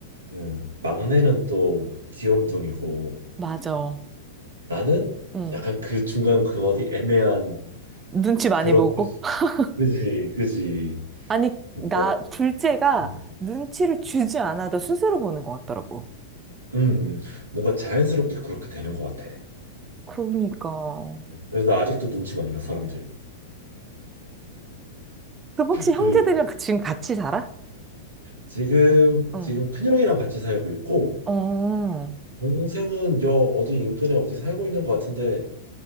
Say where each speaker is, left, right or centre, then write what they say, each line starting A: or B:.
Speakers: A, on the right; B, on the right.
A: 음, 막내는 또 귀염둥이고
B: 맞아.
A: 나는
B: 응.
A: 약간 그 중간 그 어디 애매한
B: 눈치 많이
A: 그런
B: 보고.
A: 포지션.
B: <laughs>
A: 그지, 그지.
B: 아니,
A: 뭔가
B: 나, 둘째가
A: 음,
B: 눈치를 주지 않아도 스스로 보는 것 같더라고.
A: 음, 뭔가 자연스럽게 그렇게 되는 것 같아.
B: 그러니까, 어.
A: 그래서 나 아직도 눈치 많이 봐 사람들.
B: 그 혹시 형제들이랑
A: 그
B: 그 지금 같이 살아?
A: 지금
B: 응.
A: 지금 큰형이랑 같이 살고 있고
B: 어, 어,
A: 동생은 저 어디 인근에 어디 살고 있는 것 같은데.